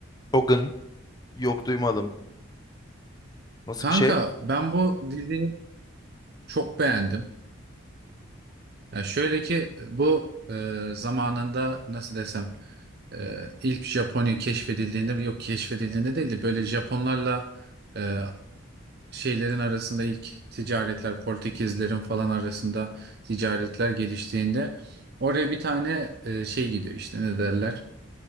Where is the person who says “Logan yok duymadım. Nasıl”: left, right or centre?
Left